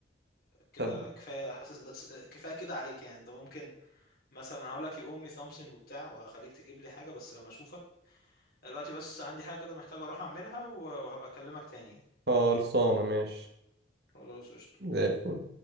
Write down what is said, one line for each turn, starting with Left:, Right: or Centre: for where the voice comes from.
Left: كده
Right: طب
Left: كفايه حاسس ده كفايه كده عليك يعني انت ممكن مثلا هقول لك يقوم مي سامسونج وبتاع وهخليك تجيب لي حاجه بس لما اشوفك دلوقتي بس عندي حاجه كده محتاج اروح اعملها و- وهبقى اكلمك تاني يعني
Right: خلصانة ماشي
Left: خلاص قشطة.
Right: زي الفل